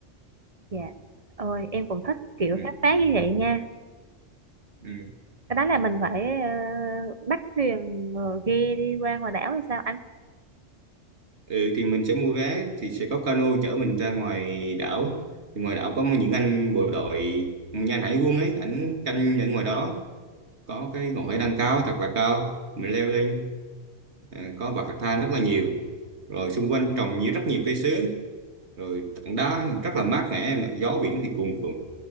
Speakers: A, on the right (about 30°); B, on the right (about 60°).
A: dạ ôi em cũng thích kiểu
B: ừ
A: khám phá như vậy nha
B: ừ
A: cái đó là mình phải ờ, bắt thuyền rồi ghe đi qua ngoài đảo hay sao anh
B: ừ thì mình sẽ mua vé thì sẽ có cano chở mình ra ngoài đảo thì ngoài đảo có những anh bộ đội như anh hải quân ấy ảnh canh ở ngoài đó có cái ngọn hải đăng cao thật là cao mình leo lên ờ, có bậc thang rất là nhiều rồi xung quanh trồng nhiều rất nhiều cây sứ rồi tảng đá rất là mát mẻ em ạ. gió biển thì cuồn cuộn